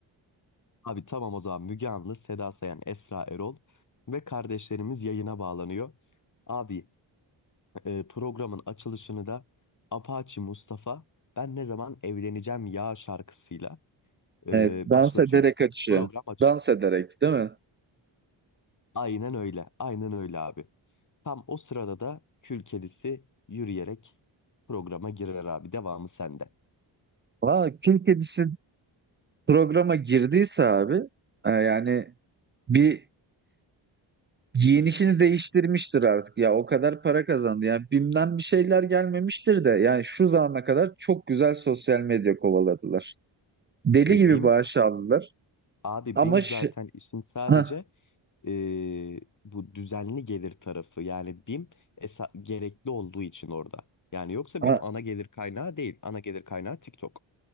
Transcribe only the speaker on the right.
Evet, dans
ederek açıyor.
Dans ederek, değil mi?
Valla kül kedisi programa girdiyse abi e, yani bir giyinişini değiştirmiştir artık ya o kadar para kazandı yani BİM'den bir şeyler gelmemiştir de yani şu zamana kadar çok güzel sosyal medya kovaladılar. Deli
gibi
bağış aldılar
ama
ş-
Hah,
a-